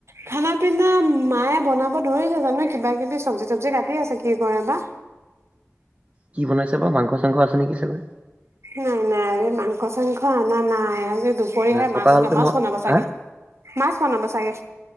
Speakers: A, on the right; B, on the right.
A: খানা পিনা মায়ে বনাব <unintelligible> কিবা কিবি চবজি তবজি কাটি আছে কি কৰে বা।
B: কি বনাইছে বা, মাংস চাংস আছে নেকি চাগৈ?
A: নাই নাই, মাংস চাংখ আনা নাই, আজি দুপৰীয়াহে
B: না থকা
A: মাছ,
B: হ'লেতো
A: মাছ
B: মই
A: বনাব চাগে,
B: হা
A: মাছ বনাব চাগে।